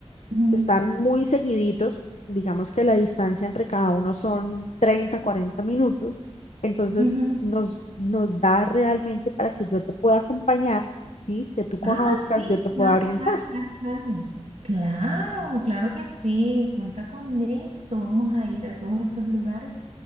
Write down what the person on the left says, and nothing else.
Que están muy seguiditos, digamos que la distancia entre cada uno son 30, 40 minutos, entonces
nos, nos da realmente para que yo te pueda acompañar, ¿sí? Que tú conozcas,
yo te pueda
orientar.